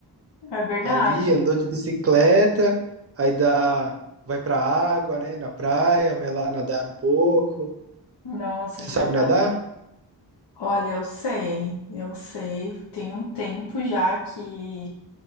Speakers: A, on the left (about 75°); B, on the right (about 35°).
A: É verdade.
B: Ali andou de bicicleta, aí dá, vai para a água, né? Na praia, vai lá nadar um pouco.
A: Nossa, é
B: Você
A: verdade.
B: sabe nadar?
A: Olha, eu sei, eu sei. Tem um tempo já que,